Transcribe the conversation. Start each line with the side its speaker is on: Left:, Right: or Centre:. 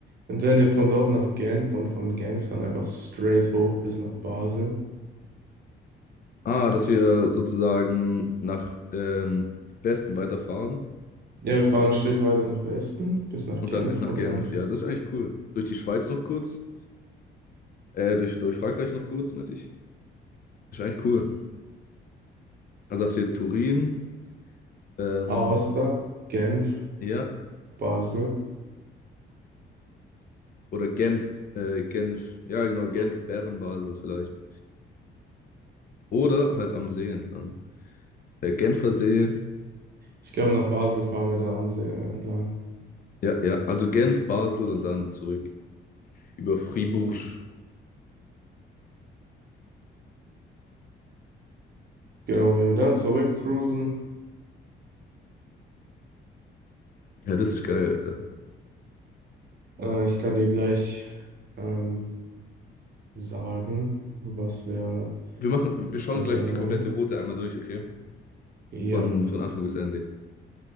Right: Und wenn wir von dort nach Genf und von Genf dann einfach straight hoch bis nach Basel.
Left: Ah, dass wir sozusagen nach ähm, Westen weiterfahren
Right: Ja, wir fahren ein Stück weiter nach Westen bis nach
Left: und
Right: Genf
Left: dann bis nach
Right: und
Left: Genf.
Right: dann
Left: Ja, das ist eigentlich cool. Durch die Schweiz noch kurz, äh, durch, durch Frankreich noch kurz, meinte ich. Ist eigentlich cool. Also, dass wir Turin, ähm,
Right: Aosta, Genf,
Left: ja.
Right: Basel.
Left: Oder Genf, äh, Genf, ja genau, Genf, Bern, Basel vielleicht. Oder halt am See entlang. Äh, Genfer See,
Right: Ich glaube, nach Basel fahren wir da am See äh, entlang.
Left: ja, ja, also Genf, Basel und dann zurück über Fribourg.
Right: Genau, und wenn wir dann zurückcruisen,
Left: Ja, das ist geil, Alter.
Right: äh, ich kann dir gleich ähm, sagen, was wir,
Left: Wir machen, wir schauen
Right: was
Left: gleich
Right: wir dann
Left: die komplette
Right: haben.
Left: Route einmal durch, okay?
Right: Ja,
Left: Von, von Anfang bis Ende.